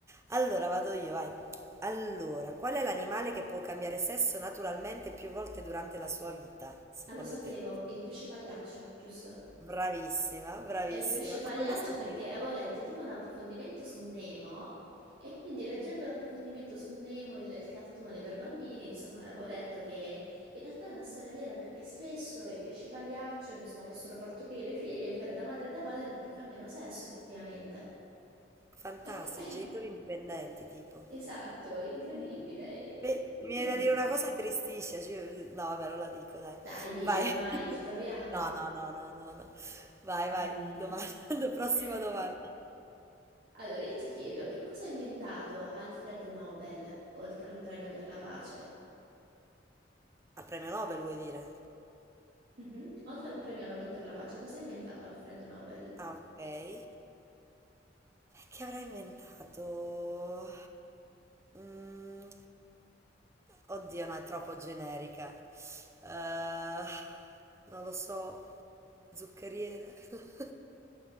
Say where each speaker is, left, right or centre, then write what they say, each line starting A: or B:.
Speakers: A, on the right; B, on the right.
A: Allora, vado io, vai. Allora, qual è l'animale che può cambiare sesso naturalmente più volte durante la sua vita, secondo
B: Ah, lo sapevo,
A: te?
B: il pesce pagliaccio, giusto?
A: Bravissima, bravissima,
B: È il pesce pagliaccio
A: come lo sapevi?
B: perché avevo letto tipo un approfondimento su Nemo e quindi leggendo l'approfondimento su Nemo, il, il cartone per bambini, insomma, avevo letto che in realtà è una storia vera perché spesso i pesci pagliaccio, insomma, possono partorire figli e fare da madre e da padre perché cambiano sesso effettivamente.
A: Fantastici,
B: Ok, <laughs>
A: genitori indipendenti, tipo.
B: esatto, è incredibile, è
A: Beh,
B: incredibile.
A: mi viene da dire una cosa tristisce, cioè- no, vabbè, non la dico, dai.
B: Dai, dilla,
A: Vai.
B: ormai
A: <laughs>
B: ci troviamo.
A: No, no, no, no, no, no. Vai,
B: Mm.
A: vai, domanda, <laughs> prossima
B: <laughs>
A: domanda.
B: Allora, io ti chiedo, che cosa ha inventato Alfred Nobel oltre al premio per la pace?
A: Al premio Nobel vuoi dire?
B: Mhm. Oltre al premio Nobel per la pace, cosa ha inventato Alfred Nobel?
A: Ah, ok. E che avrà inventato? Mm, oddio, no, è troppo generica. Eh, non lo so, zuccheriere. <laughs>